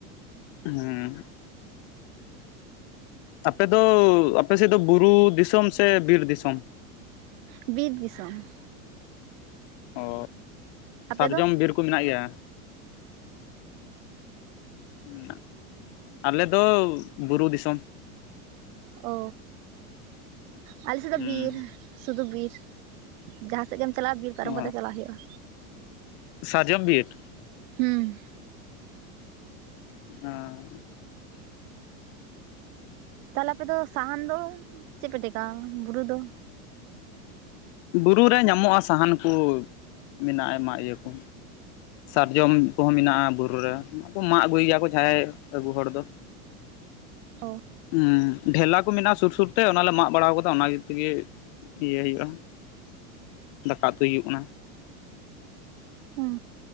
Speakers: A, on the left; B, on the right.
A: ᱦᱮᱸ ᱟᱯᱮ ᱫᱚ ᱟᱯᱮ ᱥᱮᱫ ᱫᱚ ᱵᱩᱨᱩ ᱫᱤᱥᱚᱢ ᱥᱮ ᱵᱤᱨ ᱫᱤᱥᱚᱢ?
B: ᱵᱤᱨ ᱫᱤᱥᱚᱢ᱾
A: ᱚ
B: ᱟᱯᱮ
A: ᱥᱟᱨᱡᱚᱢ
B: ᱫᱚ
A: ᱵᱤᱨ ᱠᱩᱢᱮᱱᱟᱜ ᱜᱮᱭᱟ ᱩᱸᱱᱟᱜ ᱟᱞᱮ ᱫᱚ ᱵᱩᱨᱩ ᱫᱤᱥᱚᱢ
B: ᱚ ᱟᱞᱮ ᱥᱮᱜ ᱫᱚ
A: ᱦᱩᱸ
B: ᱵᱤᱨᱤ ᱥᱩᱫᱷᱩ ᱵᱤᱨ ᱡᱟᱦᱟᱸ ᱥᱮᱜ ᱜᱮᱢ ᱪᱟᱞᱟᱜᱼᱟ ᱵᱤᱨ ᱯᱟᱨᱚᱢ
A: ᱚ
B: ᱠᱟᱛᱮ ᱪᱟᱞᱟᱶ ᱦᱳᱭᱳᱜᱼᱟ
A: ᱥᱟᱨᱡᱚᱢ ᱵᱤᱨ
B: ᱦᱩᱸ
A: ᱚᱸ
B: ᱛᱟᱦᱚᱞᱮ ᱟᱯᱮ ᱫᱚ ᱥᱟᱦᱟᱱ ᱫᱚ ᱪᱮᱫᱯᱮ ᱴᱮᱠᱟᱣᱟ ᱵᱩᱨᱩ ᱫᱚ
A: ᱵᱩᱨᱩ ᱨᱮ ᱧᱟᱢᱚᱜᱼᱟ ᱥᱟᱦᱟᱱ ᱠᱩ ᱢᱮᱱᱟᱜᱼᱟ ᱟᱭᱢᱟ ᱤᱭᱟᱹ ᱠᱚ ᱥᱟᱨᱡᱚᱢ ᱠᱚᱦᱚᱸ ᱢᱮᱱᱟᱜᱼᱟ ᱵᱩᱨᱩ ᱨᱮ ᱢᱟᱜ ᱟᱹᱜᱩᱭ ᱜᱮᱭᱟ ᱠᱚ ᱡᱟᱦᱟᱸᱭ ᱟᱹᱜᱩ ᱦᱚᱲ ᱫᱚ
B: ᱚᱸ
A: ᱦᱩᱸ, ᱰᱷᱮᱞᱟ ᱠᱚ ᱢᱮᱱᱟᱜᱼᱟ ᱥᱩᱨ ᱥᱩᱨᱛᱮ ᱚᱱᱟ ᱞᱮ ᱢᱟᱜ ᱵᱟᱲᱟ ᱠᱟᱣᱫᱟ ᱚᱱᱟ ᱜᱤᱛᱮᱜᱮ ᱤᱭᱟᱹ ᱦᱩᱭᱩᱜᱼᱟ ᱾ ᱫᱟᱠᱟ ᱩᱛᱩᱭ ᱦᱩᱭᱩᱜ ᱠᱟᱱᱟ᱾
B: ᱦᱩᱸ